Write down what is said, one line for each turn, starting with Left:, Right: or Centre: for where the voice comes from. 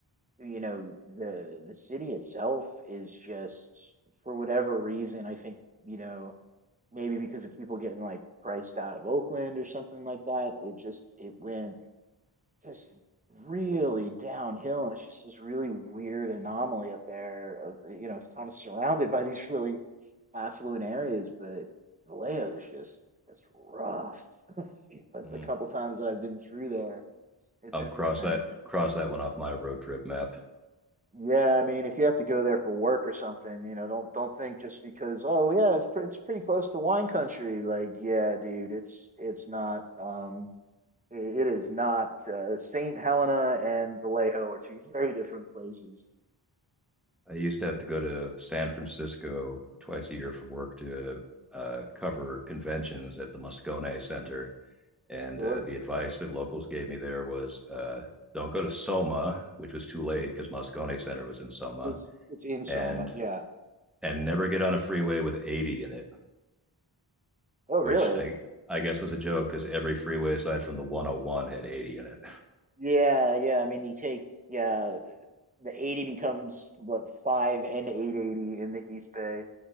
Right: you know, the the city itself is just for whatever reason, I think, you know, maybe because of people getting like priced out of Oakland or something like that, it just it went just really downhill and it's just this really weird anomaly up there of, you know, it's kind of surrounded by these really affluent areas, but Vallejo is just it's rough. <laughs> Like
Centre: Mm.
Right: the couple times that I've been through there, it's
Centre: I'll
Right: interesting.
Centre: cross that cross that one off my road trip map.
Right: Yeah, I mean, if you have to go there for work or something, you know, don't don't think just because oh yeah, it's pre- it's pretty close to wine country. Like yeah, dude, it's it's not. Um, i- it is not. Uh, Saint Helena and Vallejo are two <laughs> very different places.
Centre: I used to have to go to San Francisco twice a year for work to uh, cover conventions at the Moscone Center, and
Right: Sure.
Centre: uh, the advice that locals gave me there was uh, don't go to Soma, which was too late because Moscone Center was in Soma,
Right: It's it's in Soma.
Centre: and
Right: Yeah.
Centre: and never get on a freeway with 80 in it
Right: Oh
Centre: which
Right: really?
Centre: I I guess was a joke because every freeway aside from the 101 had 80 in it.
Right: Yeah, yeah. I mean, you take yeah, the 80 becomes what 5 and 880 in the East Bay.